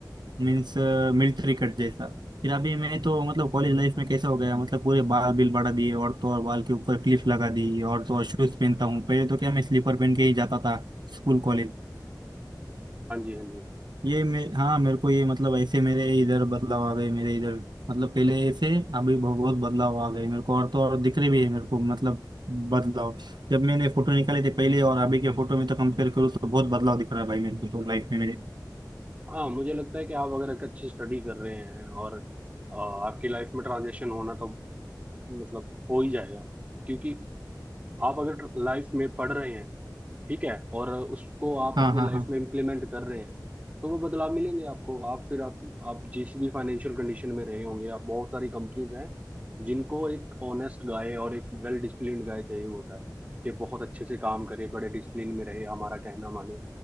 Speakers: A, on the right; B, on the right.
A: मीन्स मिलिट्री कट जैसा फिर अभी मैं तो मतलब कॉलेज लाइफ में कैसा हो गया मतलब पूरे बाल बिल बढ़ा दिए और तो और बाल के ऊपर क्लिप लगा दी और तो और शूज पहनता हूँ पहले तो क्या मैं स्लीपर पहन के ही जाता था स्कूल कॉलेज
B: हाँ जी हाँ जी
A: ये मैं हाँ मेरे को ये मतलब ऐसे मेरे इधर बदलाव आ गए मेरे इधर मतलब पहले ऐसे अभी बहुत बहुत बदलाव आ गए मेरे को और तो और दिख रहे भी है मेरे को मतलब बदलाव जब मैंने फोटो निकाले थे पहले और अभी के फोटो में तो कंपेयर करूँ तो बहुत बदलाव दिख रहा है भाई मेरे को तो लाइफ में मेरे
B: हाँ मुझे लगता है कि आप अगर एक अच्छी स्टडी कर रहे हैं और अ, आपकी लाइफ में ट्रांजेक्शन होना तो मतलब हो ही जाएगा क्योंकि आप अगर लाइफ में पढ़ रहे हैं ठीक है और उसको आप
A: हाँ
B: अपने
A: हाँ
B: लाइफ
A: हाँ
B: में इम्प्लीमेंट कर रहे हैं तो वो बदलाव मिलेंगे आपको आप फिर आप आप जिस भी फाइनेंशियल कंडीशन में रहे होंगे आप बहुत सारी कंपनीज हैं जिनको एक ऑनेस्ट गाय और एक वेल डिसिप्लिन्ड गाय चाहिए होता है कि बहुत अच्छे से काम करे बड़े डिसिप्लिन में रहे हमारा कहना माने